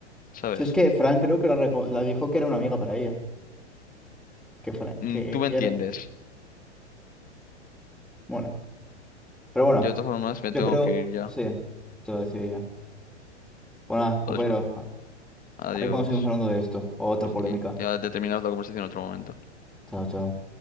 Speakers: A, on the left (about 25°); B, in the centre.
A: ¿sabes?
B: es que Frank creo que la, reco- la dijo que era una amiga para ella. que fuera,
A: Mm,
B: que
A: tú me
B: ya
A: entiendes.
B: era, bueno, pero bueno,
A: Yo de todas formas me
B: yo
A: tengo
B: creo,
A: que ir ya.
B: sí, te lo decía ya. Bueno, nada,
A: Lo
B: compañeros,
A: discu-
B: a
A: Adiós.
B: a ver cuándo seguimos hablando de esto, o otra polémica.
A: Sí, ya te terminamos la conversación en otro momento.
B: Chao, chao.